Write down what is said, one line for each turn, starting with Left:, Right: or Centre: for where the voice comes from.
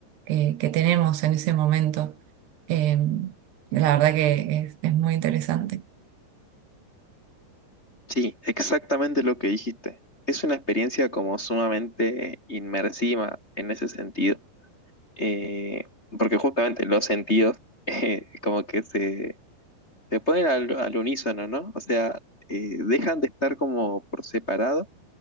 Right: que- que tenemos en ese momento. Eh, la verdad que es es muy interesante.
Left: Sí, exactamente lo que dijiste. Es una experiencia como sumamente inmersiva en ese sentido, Eh, porque justamente los sentidos <laughs> eh, como que se, se ponen al, al unísono, ¿no? O sea, eh, dejan de estar como por separado